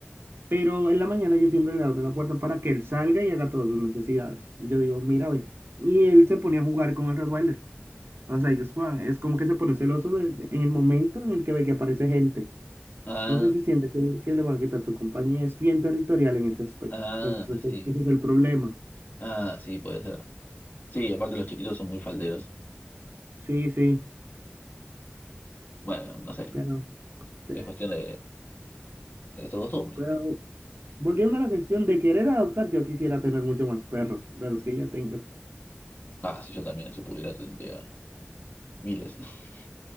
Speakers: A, on the right (about 70°); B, on the left (about 50°).
A: Pero en la mañana yo siempre le abro la puerta para que él salga y haga todas sus necesidades. Yo digo, mira, ve. Y él se pone a jugar con el Rottweiler. O sea, ellos juegan. Es como que se pone celoso de- en el momento en el que ve que aparece gente.
B: Ah,
A: No sé si siente que, que le van a quitar su compañía. Es bien territorial en ese aspecto.
B: ah,
A: Entonces, ese, es el
B: sí.
A: ese es el problema.
B: Ah, sí, puede ser. Sí, aparte los chiquitos son muy falderos.
A: Sí, sí,
B: Bueno, no sé,
A: pero, eh,
B: es cuestión de, de nuestras costumbres.
A: pero
B: ¿no?
A: volviendo a la cuestión de querer adoptar, yo quisiera tener mucho más perros de los que ya tengo.
B: Ah, si yo también, si pudiera, tendría miles. <laughs>